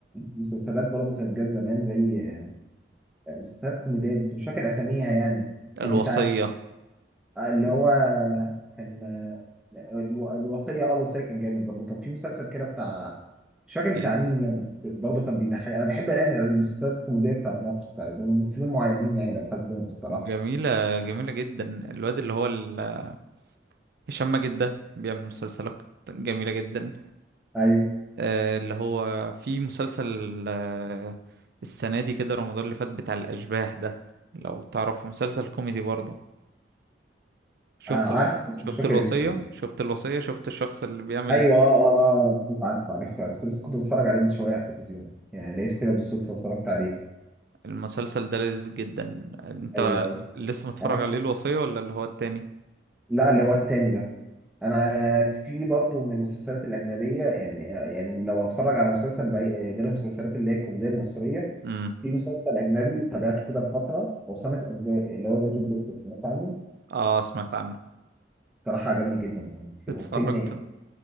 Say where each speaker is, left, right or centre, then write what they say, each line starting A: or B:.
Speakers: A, in the centre; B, on the right (about 55°).
A: المسلسلات برضه كانت جت زمان زي مسلسلات كوميدية بس مش فاكر أساميها يعني كان
B: الوصية
A: بتاعت اللي هو كان الو- الوصية اه الوصية كان جامد برضه كان في مسلسل كده بتاع مش فاكر بتاع
B: إيه.
A: مين يعني بس برضه كان بيضحك أنا بحب يعني المسلسلات الكوميدية بتاعت مصر بتاعت ممثلين معينين يعني بنحس لهم الصراحة
B: جميلة جميلة جدا الواد اللي هو ال- هشام ماجد ده بيعمل مسلسلات جميلة جدا
A: أيوه
B: آه، اللي هو في مسلسل آه، السنة دي كده رمضان اللي فات بتاع الأشباح ده لو تعرفه مسلسل كوميدي برضه شفت
A: آه
B: ال-
A: عارف بس
B: شفت
A: مش فاكر
B: الوصية
A: اسمه برضه.
B: شفت الوصية شفت الشخص اللي بيعمل
A: أيوه آه آه آه عارف عرفته عرفته لسه كنت بتفرج عليه من شوية على التلفزيون يعني لقيته كده بالصدفة اتفرجت عليه
B: المسلسل ده لذيذ جدا انت
A: ايوه ايوه
B: لسه متفرج
A: انا
B: عليه الوصية ولا اللي هو التاني
A: لا اللي هو التاني ده انا في برضو من المسلسلات الاجنبيه يعني يعني لو اتفرج على مسلسل بعي- غير المسلسلات اللي هي الكوميديه المصريه
B: امم
A: في مسلسل اجنبي تابعته كده لفتره هو خمس اجزاء اللي هو ذا جود دكتور سمعت عنه
B: اه سمعت عنه
A: صراحه عجبني جدا يعني في-
B: اتفرجت
A: فيلم